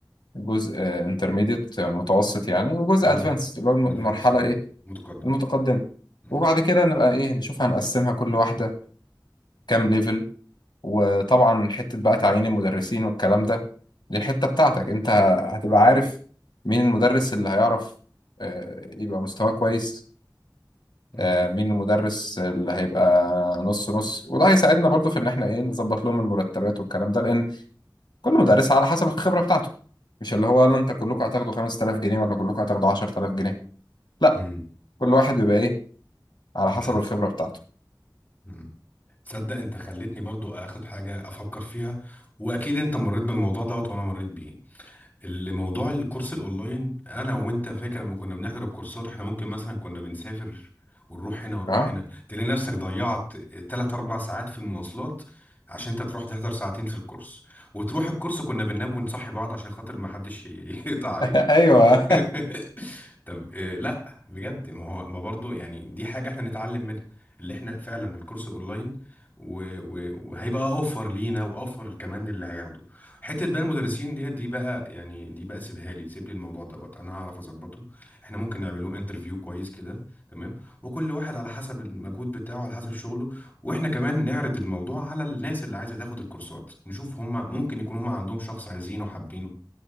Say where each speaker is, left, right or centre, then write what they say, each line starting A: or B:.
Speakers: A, on the left; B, on the left.
A: جزء انترميديت متوسط يعني وجزء
B: امم
A: ادفانس اللي هو الم- المرحلة
B: ادفانس
A: ايه
B: متقدم
A: المتقدمة
B: امم
A: وبعد كده نبقى ايه نشوف هنقسمها كل واحدة كام ليفل وطبعا حتة بقى تعيين المدرسين والكلام ده دي الحتة بتاعتك انت هتبقى عارف مين المدرس اللي هيعرف آه، يبقى مستواه كويس
B: امم
A: آه، مين المدرس اللي هيبقى نص نص وده هيساعدنا برضو في ان احنا ايه نظبط لهم المرتبات والكلام ده لان كل مدرس على حسب الخبرة بتاعته مش اللي هو يلا انت كلكم هتاخدوا 5000 جنيه ولا كلكم هتاخدوا 10000 جنيه لا
B: امم
A: كل واحد بيبقى ايه على
B: على
A: حسب
B: حسب
A: الخبرة بتاعته
B: امم تصدق انت خلتني برضو اخد حاجه افكر فيها واكيد انت مريت بالموضوع دوت وانا مريت بيه اللي موضوع الكورس الاونلاين انا وانت فاكر لما كنا بنحضر الكورسات احنا ممكن مثلا كنا بنسافر ونروح هنا ونروح
A: اه
B: هنا تلاقي نفسك ضيعت 3 4 ساعات في المواصلات عشان انت تروح تحضر ساعتين في الكورس وتروح الكورس كنا بننام ونصحي بعض عشان خاطر ما حدش ي- <laughs> يقطع علينا
A: <laughs> ايوه
B: <laughs> طب آه، لا بجد ما هو ما برضه يعني دي حاجة احنا نتعلم منها اللي احنا فعلا الكورس اونلاين و- و- وهيبقى اوفر لينا واوفر كمان اللي هياخده حتة بقى المدرسين ديت دي بقى يعني دي بقى سيبها لي سيب لي الموضوع دوت انا هعرف اظبطه احنا ممكن نعمل لهم انترفيو كويس كده تمام وكل واحد على حسب المجهود بتاعه على حسب شغله واحنا كمان نعرض الموضوع على الناس اللي عايزة تاخد الكورسات نشوف هم ممكن يكون هم عندهم شخص عايزينه وحابينه